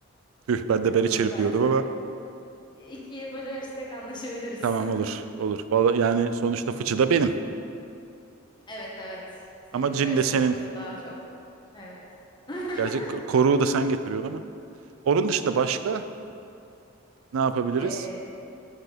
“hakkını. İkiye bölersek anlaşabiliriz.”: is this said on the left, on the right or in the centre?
Left